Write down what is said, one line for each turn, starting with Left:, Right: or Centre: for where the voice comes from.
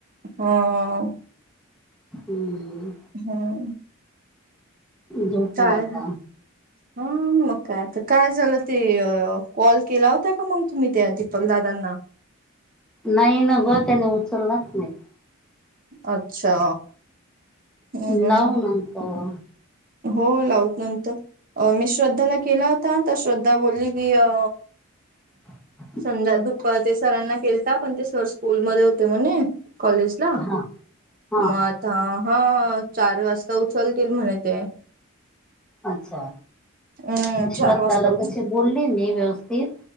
Right: अ
Centre: हम्म.
Right: हम्म.
Centre: झोपव
Right: काय
Centre: आता
Right: ह, मग काय आता काय झालं ते कॉल केला होता का? मग तुम्ही त्या दीपक दादांना.
Centre: नाही न, ग त्याने उचललाच नाही.
Right: अच्छा हम्म हम्म
Centre: लावू
Right: हम्
Centre: नंतर
Right: हो लावू नंतर, मी श्रद्धाला केला होता तर श्रद्धा बोलली की अ
Centre: <inaudible> <unintelligible>
Right: संध्या -दुप ते सरांना केलता, पण ते सर स्कूलमध्ये होते म्हणे, कॉलेज मग
Centre: हा हा
Right: आता
Centre: हा
Right: हा, चार वाजता उचलतील, म्हणे ते.
Centre: अच्छा!
Right: हम्म
Centre: श्रद्धा
Right: चार वाजता
Centre: ला
Right: उचल
Centre: तशी बोलली मी, व्यवस्थित.